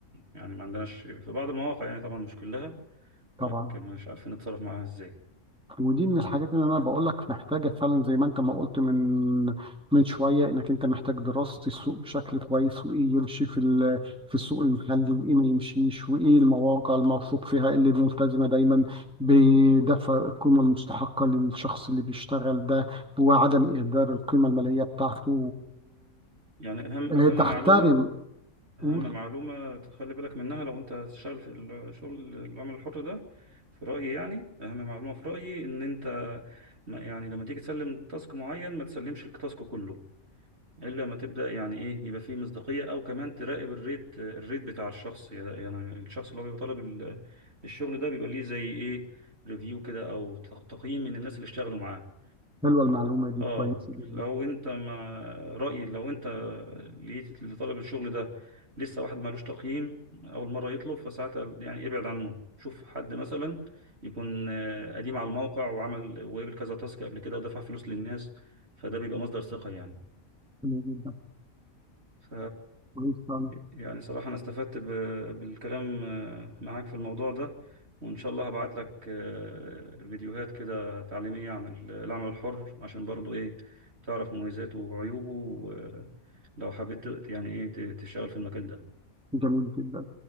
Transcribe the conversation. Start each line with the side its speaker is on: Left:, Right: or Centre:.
Right: يعني ما عندناش في بعض المواقع يعني طبعا مش كلها يقول
Centre: طبعا
Right: لك مش عارفين نتصرف معاها ازاي
Centre: ودي من الحاجات اللي انا بقول لك محتاجه فعلا زي ما انت ما قلت من من شويه انك انت محتاج دراسه السوق بشكل كويس وايه يمشي في ال- في السوق المحلي وايه ما يمشيش وايه المواقع الموثوق فيها إيه اللي ملتزمه دايما بدفع القيمه المستحقه للشخص اللي بيشتغل ده وعدم اهدار القيمه الماليه بتاعته
Right: يعني اهم
Centre: وتحترم
Right: اهم معلومة أهم
Centre: قول
Right: معلومة تخلي بالك منها لو أنت هتشتغل في الشغل العمل الحر ده في رأيي يعني أهم معلومة في رأيي إن أنت ما- يعني لما تيجي تسلم تاسك معين ما تسلمش التاسك كله إلا ما تبدأ يعني إيه يبقى فيه مصداقية أو كمان تراقب الريت الريت بتاع الشخص يعني الشخص اللي هو بيبقى طالب ال- الشغل ده بيبقى ليه زي إيه ريفيو كده أو تق- تقييم من الناس اللي اشتغلوا معاه
Centre: حلوه المعلومه دي
Right: اه
Centre: كويسه جدا
Right: لو انت مع رأيي لو انت لقيت لطلب الشغل ده لسه واحد مالوش تقييم اول مرة يطلب فساعتها يعني ابعد عنه شوف حد مثلا يكون آه، قديم على الموقع وعمل وقبل كذا تاسك قبل كده ودفع فلوس للناس فده بيبقى مصدر ثقة يعني
Centre: حلوه جدا
Right: ف
Centre: كويسه
Right: يعني صراحة أنا استفدت ب... بالكلام آه، معاك في الموضوع ده وإن شاء الله هبعت لك آه، فيديوهات كده تعليمية عن ال- العمل الحر عشان برضو إيه تعرف مميزاته وعيوبه آه، لو حبيت ت- يعني إيه ت- تشتغل في المكان ده
Centre: جميل جدا